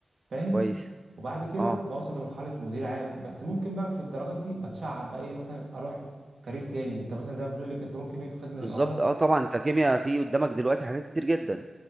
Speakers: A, on the right; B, on the right.
A: فاهم
B: كويس
A: وبعد كده
B: اه
A: بوصل لمرحله مدير عام بس ممكن بقى في الدرجات دي بتشعب بقى ايه مثلا اروح كارير تاني انت مثلا زي ما بتقول لي كنت ممكن ايه في خدمه
B: بالظبط
A: العملاء
B: اه طبعا انت كيمياء في قدامك دلوقتي حاجات كتير جدا